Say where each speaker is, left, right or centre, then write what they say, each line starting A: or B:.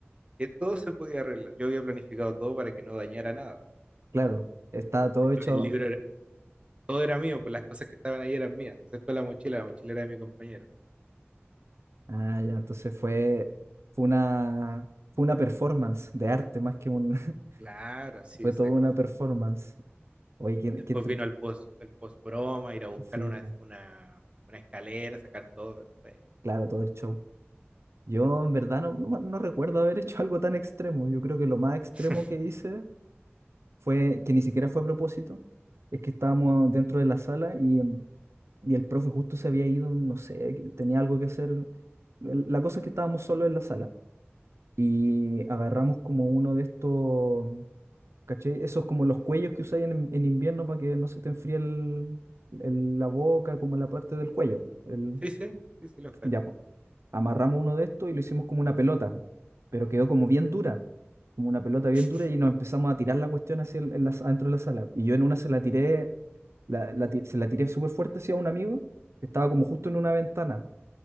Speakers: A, on the right (about 25°); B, on the right (about 80°).
A: que todo se podía arreglar. Yo había planificado todo para que no dañara nada.
B: Claro, estaba todo
A: De hecho,
B: hecho.
A: el libro, era- todo era mío, pues las cosas que estaban ahí eran mías, excepto la mochila, la mochila era de mi compañero.
B: Ah, ya, entonces fue,
A: Y
B: fue una, fue una performance de arte más que un. <laughs>
A: claro, sí,
B: Fue
A: exacto.
B: toda una performance. Oye, qué,
A: Después
B: qué entrete-
A: vino el post, el post broma, ir a buscar
B: Sí,
A: una,
B: po,
A: una, una escalera, sacar todo, pero fue...
B: claro, todo el show. Yo en verdad no, no, no recuerdo haber hecho algo tan extremo. Yo creo que lo más extremo
A: <laughs>
B: que hice fue que ni siquiera fue a propósito, es que estábamos dentro de la sala y, em, y el profe justo se había ido, no sé, que tenía algo que hacer. El- La cosa es que estábamos solos en la sala y agarramos como uno de estos, ¿cachai? Esos como los cuellos que usáis en, en invierno para que no se te enfríe el- el- la boca, como la parte del cuello. El,
A: Sí, sí, sí, sí, los cacho.
B: ya, amarramos uno de estos y lo hicimos como una pelota, pero quedó como bien dura, como una pelota bien
A: <laughs>
B: dura y nos empezamos a tirar la cuestión hacia el- en la- adentro de la sala. Y yo en una se la tiré, la- la ti- se la tiré súper fuerte hacia un amigo que estaba como justo en una ventana